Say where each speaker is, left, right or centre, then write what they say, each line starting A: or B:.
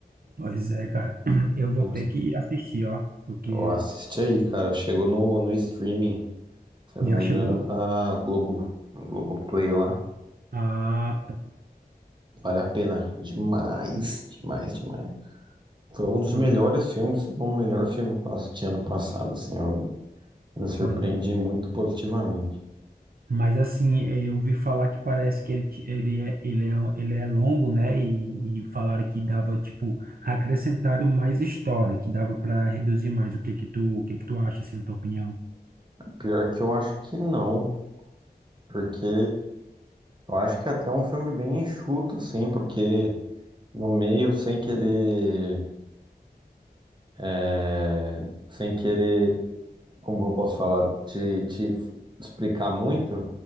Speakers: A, on the right (about 65°); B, on the right (about 30°).
A: Pois é, cara. <clears throat> Eu vou
B: É uma-
A: ter que assistir, ó, porque
B: Ó, assiste aí, cara. Chegou no, no streaming, se eu
A: já
B: não me
A: chegou.
B: engano, da Globo, Globoplay lá.
A: Ah, tá.
B: Vale a pena. Demais,
A: sim.
B: demais, demais. Foi um dos
A: Foi,
B: melhores
A: né?
B: filmes, se não o melhor filme que eu assisti ano passado, assim. Eu me surpreendi
A: Foi, né?
B: muito positivamente.
A: Mas assim, eu ouvi falar que parece que ele, ti- ele é, ele é, um- ele é longo, né? E, e falaram que dava, tipo, acrescentaram mais história, que dava para reduzir mais. O que que tu, o que que tu acha, assim, na tua opinião?
B: Pior que eu acho que não, porque eu acho que é até é um filme bem enxuto, assim, porque. no meio sem querer, é, sem querer, como eu posso falar, te, te explicar muito,